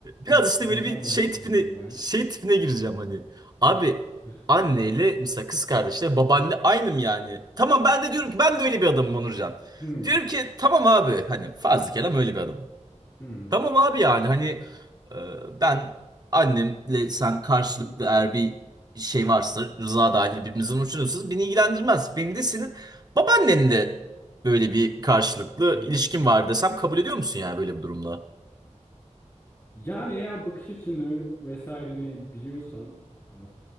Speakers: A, on the right (about 30°); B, on the left (about 20°).
A: biraz
B: <laughs>
A: işte
B: Neden
A: böyle bir
B: başka
A: şey tipine
B: bir like?
A: şey tipine gireceğim hani. Abi
B: <laughs>
A: anneyle mesela kız kardeşle babaanne aynı mı yani? Tamam ben de diyorum ki ben de öyle bir adamım Onurcan.
B: Hmm.
A: Diyorum ki tamam abi hani fazla kelam öyle bir adamım.
B: Hı hı.
A: Tamam abi yani hani e, ben annemle sen karşılıklı
B: <laughs>
A: eğer bir şey varsa rıza dahil birbirinizden hoşlanıyorsanız beni ilgilendirmez. Beni de senin babaannenle böyle bir karşılıklı
B: Hı hı.
A: ilişkin var desem kabul ediyor musun yani böyle bir durumda?
B: Yani eğer bakış açını vesaireni biliyorsam, eee,